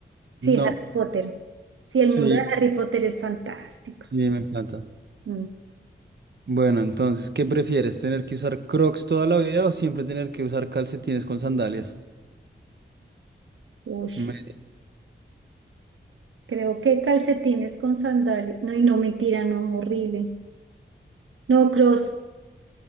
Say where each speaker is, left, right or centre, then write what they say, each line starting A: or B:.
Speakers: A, on the right; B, on the right.
A: Sí,
B: No.
A: Harry Potter. Sí, el
B: Sí.
A: mundo de Harry Potter es fantástico.
B: Sí, me encanta.
A: Mm,
B: Bueno, entonces, ¿qué prefieres? ¿Tener que usar Crocs toda la vida o siempre tener que usar calcetines con sandalias?
A: Uy,
B: Me-
A: creo que calcetines con sandalias. No, y no, mentira, no, horrible. No, cross,